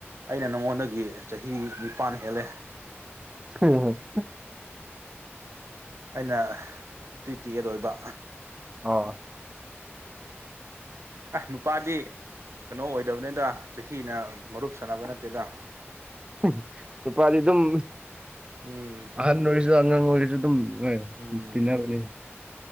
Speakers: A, on the right; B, on the right.
A: ꯑꯩꯅ ꯅꯉꯣꯟꯗꯒꯤ ꯆꯍꯤ ꯅꯤꯄꯥꯟ ꯍꯦꯜꯂꯦ
B: ꯍꯝ ꯍꯝ
A: ꯑꯩꯅ ꯇ꯭ꯨꯋ ꯇꯤ ꯑꯦ ꯂꯣꯏꯕ
B: ꯑꯣ
A: ꯑꯦ ꯅꯨꯄꯥꯗꯤ ꯀꯩꯅꯣ ꯑꯣꯏꯗꯕꯅꯤꯗ ꯆꯍꯤꯅ ꯃꯔꯨꯞ ꯁꯥꯟꯅꯕ ꯅꯠꯇꯦꯗ
B: ꯍꯝ ꯅꯨꯄꯥꯗꯤ ꯑꯗꯨꯝ
A: ꯎꯝ
B: ꯑꯍꯟ ꯑꯣꯏꯔꯁꯨ ꯑꯉꯥꯡ ꯑꯣꯏꯔꯁꯨ ꯑꯗꯨꯝ ꯍ
A: ꯎꯝ
B: ꯇꯤꯟꯅꯕꯅꯤ